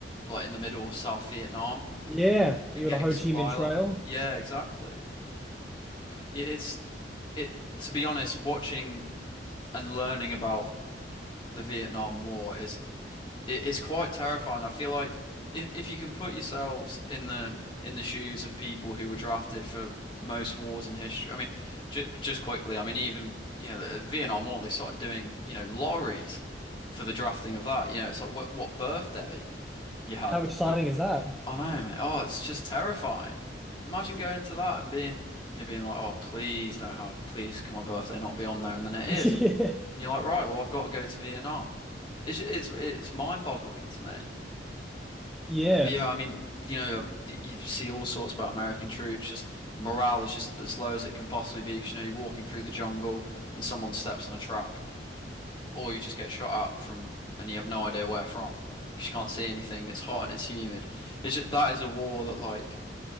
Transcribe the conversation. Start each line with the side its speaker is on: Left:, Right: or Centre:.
Left: like in the middle of South Vietnam
Centre: Yeah, you're
Left: and getting
Centre: the Ho
Left: supply
Centre: Chi Minh Trail.
Left: like. Yeah, exactly. Yeah, It's it to be honest, watching and learning about the Vietnam War is it, it's quite terrifying. I feel like if if you can put yourselves in the in the shoes of people who were drafted for most wars in history. I mean, j just quickly, I mean even you know the Vietnam War, they started doing you know lotteries for the drafting of that. You know, it's like what what birthday you had.
Centre: How exciting
Left: w-
Centre: is that?
Left: I know, mate. Oh, it's just terrifying. Imagine going to that and being, you know, being like, oh, please don't have, please can my birthday not be on there, and then it is,
Centre: <laughs>
Left: and you, and you're like, right, well, I've got to go to Vietnam. It's ju- it's it's mind-boggling to me.
Centre: Yeah.
Left: But yeah, I mean, you know, y- you see all sorts about American troops. Just morale is just as low as it can possibly be because you know you're walking through the jungle and someone steps on a trap, or you just get shot at from, and you have no idea where from because you can't see anything and it's hot and it's humid. It's just, that is a war that like.